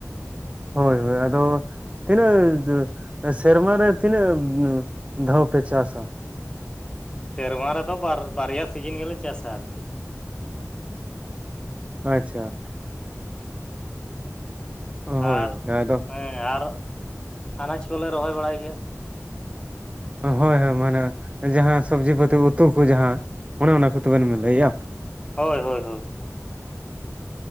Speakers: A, on the right; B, on the left.
A: ᱦᱳᱭ ᱦᱳᱭ ᱟᱫᱚ ᱛᱤᱱᱟᱹᱜ ᱥᱮᱨᱢᱟ ᱨᱮ ᱛᱤᱱᱟᱹᱜ ᱫᱷᱟᱣ ᱯᱮ ᱪᱟᱥᱟ?
B: ᱥᱮᱨᱢᱟ ᱨᱮᱫᱚ ᱵᱟᱨ ᱵᱟᱨᱭᱟ ᱥᱤᱡᱤᱱ ᱜᱮᱞᱮ ᱪᱟᱥᱟ ᱟᱨᱠᱤ ᱾
A: ᱟᱪᱪᱷᱟ ᱾ ᱚ ᱦᱳᱭ
B: ᱟᱨ
A: <unintelligible> ᱫᱚ
B: ᱟᱨ ᱟᱱᱟᱡᱽ ᱠᱚᱞᱮ ᱨᱚᱦᱚᱭ ᱵᱟᱲᱟᱭ ᱜᱮᱭᱟ ᱾
A: ᱦᱳᱭ ᱦᱳᱭ ᱢᱟᱱᱮ ᱡᱟᱦᱟᱸ ᱥᱚᱵᱽᱡᱤ ᱯᱟᱛᱤ ᱩᱛᱩ ᱠᱚ ᱡᱟᱦᱟᱸ ᱚᱱᱮ ᱚᱱᱟ ᱠᱚ ᱛᱚᱵᱮᱱ ᱞᱟᱹᱭᱮᱜ-ᱟ?
B: ᱦᱳᱭ ᱦᱳᱭ ᱦᱳᱭ ᱾